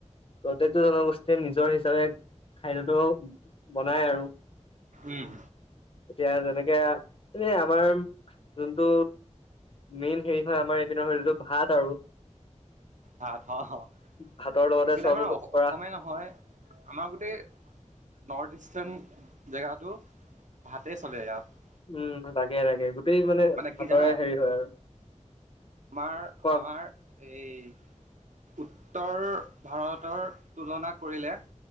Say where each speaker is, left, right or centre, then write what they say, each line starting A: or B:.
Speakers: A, on the left; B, on the right.
A: প্ৰত্যেকটো জনগোষ্ঠীয়ে নিজৰ হিচাপে খাদ্যতটো বনায় আৰু
B: উম।
A: এতিয়া, যেনেকে এনে আমাৰ যোনটো মেইন হেৰি হয় আমাৰ এইপিনৰ যটো ভাত আৰু
B: ভাত, হ
A: ভাতৰ লগতে
B: একচোলি
A: চব
B: আমাৰ
A: কৰা
B: অসমে নহয় আমাৰ গোটেই নৰ্থ ইষ্টাৰ্ণ জেগাটো ভাতেই চলে ইয়াত।
A: উম, তাকে, তাকে গোটেই মানে
B: কি
A: ভাতৰে
B: জানা
A: হেৰি হয় আৰু
B: তোমাৰ
A: ক
B: আমাৰ এই উত্তৰ ভাৰতৰ তুলনা কৰিলে